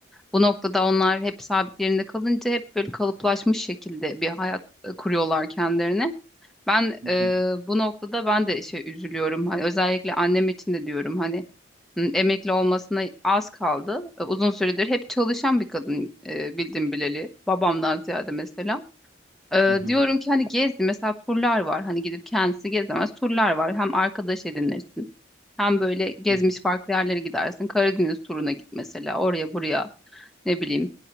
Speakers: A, in the centre; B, on the right.
A: Bu noktada onlar hep sabit yerinde kalınca hep böyle kalıplaşmış şekilde bir hayat e, kuruyorlar kendilerine. Ben
B: Hı hı,
A: e, bu noktada ben de şey üzülüyorum. Hani özellikle annem için de diyorum hani N- Emekli olmasına az kaldı. E, Uzun süredir hep çalışan bir kadın e, bildim bileli. Babamdan ziyade mesela. E,
B: hı hı,
A: diyorum ki hani gezdi mesela turlar var. Hani gidip kendisi gezemez turlar var. Hem arkadaş edinirsin. Hem böyle gezmiş
B: hı
A: farklı yerlere gidersin. Karadeniz turuna git mesela. Oraya buraya ne bileyim